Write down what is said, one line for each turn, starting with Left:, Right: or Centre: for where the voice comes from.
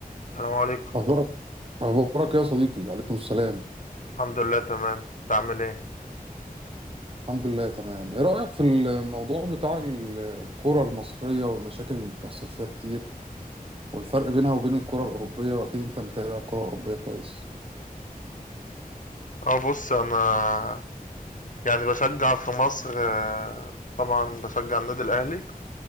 Left: السلام عليكم
Right: أخبارك أخبارك يا صديقي عليكم السلام
Left: الحمد لله تمام انت عامل ايه
Right: الحمد لله تمام إيه رأيك في الموضوع بتاع ال- الكرة المصرية والمشاكل اللي بتحصل فيها كتير والفرق بينها وبين الكرة الأوروبية وأكيد أنت متابع الكرة الأوروبية كويس
Left: اه بص انا يعني بشجع في مصر آه، طبعا بشجع النادي الاهلي